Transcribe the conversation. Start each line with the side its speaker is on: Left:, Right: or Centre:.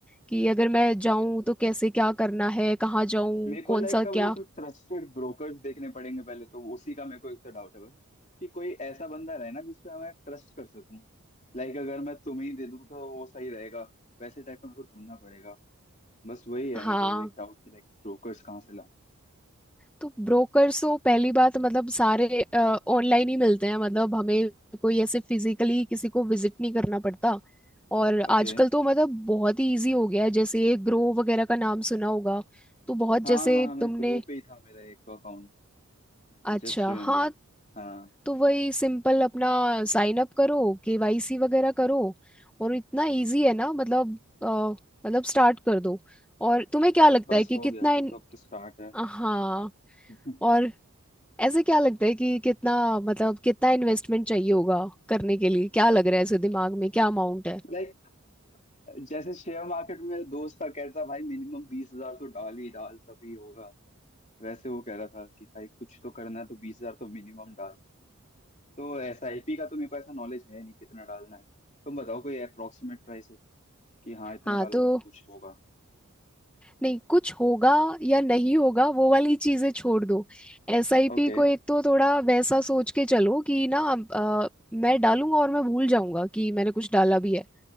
Centre: कि अगर मैं जाऊं तो कैसे क्या करना है कहाँ जाऊं
Left: मेरे को
Centre: कौन
Left: लाइक
Centre: सा
Left: का
Centre: क्या
Left: वही तो ट्रस्टेड ब्रोकर्स देखने पड़ेंगे पहले तो उसी का मेरे को एक तो डाउट है बस कि कोई ऐसा बंदा रहे ना जिसपे मैं ट्रस्ट कर सकूं लाइक अगर मैं तुम्हें ही दे दूं तो वो सही रहेगा वैसे टाइप का मेरे को ढूंढना पड़ेगा बस वही है
Centre: हाँ
Left: मेरे को एक डाउट कि लाइक ब्रोकर्स कहाँ से लाऊं
Centre: तो ब्रोकर्स तो पहली बात तो मतलब सारे ऑनलाइन ही मिलते हैं मतलब हमें कोई ऐसे फिजिकली किसी को विजिट नहीं करना पड़ता और आजकल
Left: ओके
Centre: तो मतलब बहुत ही इजी हो गया है जैसे ये ग्रो वगैरह का नाम सुना होगा तो बहुत
Left: हाँ
Centre: जैसे
Left: हाँ मैं
Centre: तुमने
Left: ग्रुप पे ही था मेरा एक तो अकाउंट
Centre: अच्छा
Left: जस्ट रिमेम्बर्ड
Centre: हाँ
Left: हाँ
Centre: तो वही सिंपल अपना साइन अप करो केवाईसी वगैरह करो और इतना इजी है ना मतलब अ, मतलब स्टार्ट कर दो और तुम्हें क्या लगता
Left: बस
Centre: है कि
Left: हो
Centre: कितना
Left: गया फिर
Centre: इन,
Left: तो अब तो स्टार्ट है
Centre: हाँ
Left: <laughs>
Centre: और ऐसे क्या लगता है कि कितना मतलब कितना इन्वेस्टमेंट चाहिए होगा करने के लिए क्या लग रहा है ऐसे दिमाग में क्या अमाउंट है
Left: लाइक जैसे शेयर मार्केट में मेरा दोस्त था कहता भाई मिनिमम बीस हजार तो डाल ही डाल तभी होगा वैसे वो कह रहा था कि भाई कुछ तो करना है तो बीस हजार तो मिनिमम डाल तो एस आई पी का तो मेरे को ऐसा नॉलेज है नहीं कितना डालना है तुम बताओ कोई अप्रोक्सीमेट प्राइस है कि हाँ इतना
Centre: हाँ
Left: डालोगे
Centre: तो
Left: तो कुछ होगा
Centre: नहीं कुछ होगा या नहीं होगा वो वाली चीजें छोड़ दो एसआईपी
Left: ओके
Centre: को एक तो थोड़ा वैसा सोच के चलो कि ना अ, मैं डालूंगा और मैं भूल जाऊंगा कि मैंने कुछ डाला भी है